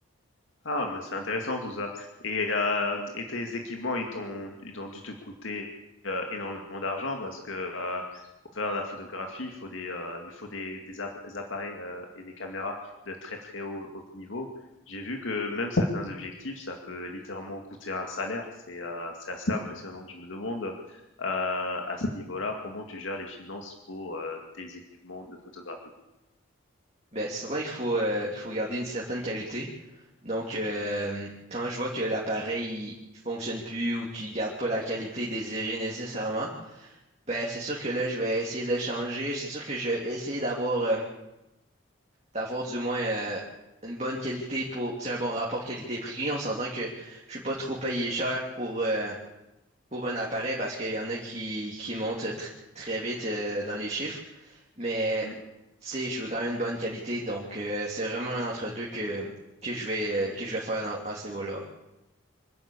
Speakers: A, on the left; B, on the right.
A: Ah, mais c'est intéressant tout ça. Et, heu et tes équipements, ils t'ont ils ont dû te coûter, heu, énormément d'argent parce que, heu, pour faire la photographie, il faut des, heu, il faut des des app des appareils, heu et des caméras de très, très haut haut niveau. J'ai vu que même certains objectifs, ça peut littéralement coûter un salaire. C'est, heu, c'est assez impressionnant. Je me demande, heu, à ce niveau-là, comment tu gères les finances pour, heu, tes équipements de photographie?
B: Ben, c'est certain qu'il faut, euh, qu'il faut garder une certaine qualité. Donc, euh, quand je vois que l'appareil il fonctionne plus ou qu'il garde pas la qualité désirée nécessairement, ben, c'est sûr que là, je vais essayer de le changer. C'est sûr que je vais essayer d'avoir euh, d'avoir du moins euh, une bonne qualité pour, tu sais, un bon rapport qualité-prix. On s'entend que je vais pas trop payer cher pour, euh, pour un appareil parce qu'il y en a qui, qui montent tr- très vite euh, dans les chiffres. Mais
A: Mmh.
B: tu sais, je veux quand même une bonne qualité. Donc, euh, c'est vraiment un entre-deux que, que je vais, euh, que je vais faire dans- à ce niveau-là.